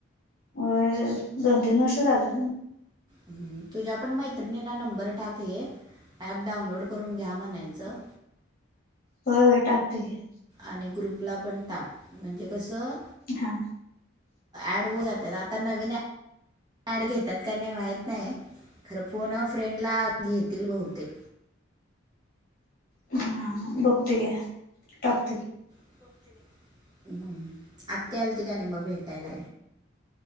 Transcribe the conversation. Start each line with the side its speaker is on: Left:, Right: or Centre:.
Left: व, दोन तीन वर्ष झालं.
Right: ह तुझ्या पण मैत्रिणींना नंबर टाकले ॲप डाउनलोड करून घ्या म्हणायचं.
Left: होय, टाकतोय की.
Right: आणि ग्रुपला पण टाक म्हणजे कसं
Left: हा.
Right: ऍड व जातात आता नवीन ए कार्ड घेतात का नाही माहीत नाही खरं फोन अ फ्रेंडला घेतील बहुतेक.
Left: हा हा बघतो की टाकतो घे.
Right: <unintelligible> आत्या आलती की नाही मग भेटायला.